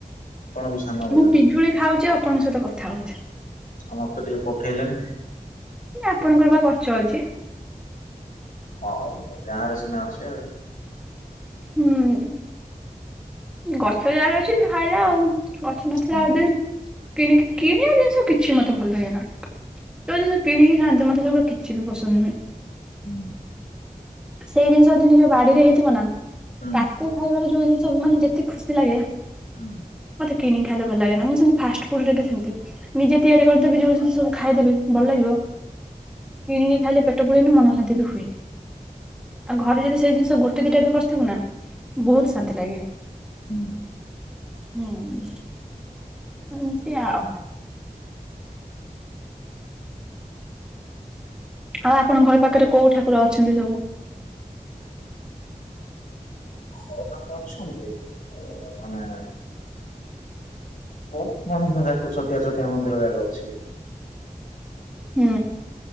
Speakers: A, on the left; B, in the centre.
A: ଆପଣ ବି ସାନ ବୋଧେ
B: ମୁଁ
A: ନା
B: ପିଜୁଳି ଖାଉଛି ଆଉ ଆପଣଙ୍କ ସହିତ କଥା ହଉଛି।
A: ଆ ମତେ ଟିକେ ପଠେଇଲେନି।
B: ନା ଆପଣଙ୍କର ବା ଗଛ ଅଛି।
A: ହଁ ଗାଁ ରେ ସିନା ଅଛି ଆଉ
B: ହୁଁ। ଗଛ ଯାହାର ଅଛି ସିଏ ଖାଇଲା ଆଉ। ଗଛ ନଥିଲା
A: ହୁଁ
B: ଆଉ ଯିଏ କିଣିକି କିଣିବା ଜିନିଷ କିଛି ମତେ ଭଲ ଲାଗେ ନା। ଯଦି ସେ କିଣିକି ଖଆନ୍ତେ ମତେ ସେଗୁଡା କିଛି ବି ପସନ୍ଦ ନୁହେଁ।
A: ହୁଁ।
B: ସେଇ ଜିନିଷ ଯଦି ନିଜ ବାଡ଼ିରେ ହେଇଥିବ ନା
A: ହୁଁ
B: ତାକୁ ଖାଇବାରେ ଯୋଉ ଜିନିଷ ସବୁ ମାନେ ଯେତେ ଖୁସି ଲାଗେ।
A: ହୁଁ।
B: କିଣିି ଖାଇଲେ ଭଲ ଲାଗେନା ମୁଁ ସେମିତି ଫାଷ୍ଟଫୁଡ ରେ ସେମିତି ନିଜେ ତିଆରି କରିଦେବି ଯଉ ଜିନିସ ସବୁ ଖାଇଦେବି ଭଲ ଲାଗିବ। କିଣିକି ଖାଇଲେ ପେଟ ପୁରେନି ମନ ଶାନ୍ତି ବି ହୁଏନି ଆଉ ଘରେ ଯଦି ସେ ସେ ଜିନିଷ ଗୋଟେ ଦିଟା ବି କରିଥିବୁ ନା ବହୁତ ଶାନ୍ତି ଲାଗେ।
A: ହୁଁ
B: ହୁଁ ସେମିତି ଆଉ। ଆଉ ଆପଣଙ୍କ ଘର ପାଖରେ କୋଉ ଠାକୁର ଅଛନ୍ତି ସବୁ?
A: ଘର ପାଖେ ଅଛନ୍ତି ମାନେ ଓ ମନ୍ଦିର ଛୋଟିଆ ଛୋଟିଆ ମନ୍ଦିର ଜାକ ଅଛି
B: ହୁଁ।